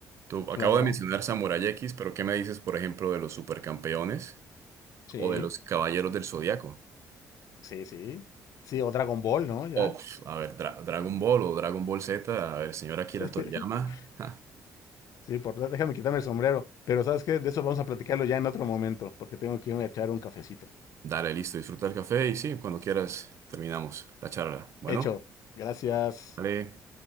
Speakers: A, on the right (about 50°); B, on the left (about 65°).
A: Tú,
B: Claro,
A: acabo de mencionar Samurai X, pero ¿qué me dices, por ejemplo, de los supercampeones
B: sí,
A: o de los Caballeros del Zodiaco?
B: sí, sí. Sí, o Dragon Ball, ¿no? Ya.
A: O, pf, a ver, Dra- Dragon Ball o Dragon Ball Z, a ver, señora
B: <laughs>
A: Akira Toriyama. ja,
B: Sí, por, déjame quitarme el sombrero. Pero ¿sabes qué? De eso vamos a platicarlo ya en otro momento, porque tengo que irme a echar un cafecito.
A: dale, listo, disfruta el café y sí, cuando quieras terminamos la charla. Bueno,
B: Hecho. Gracias.
A: vale.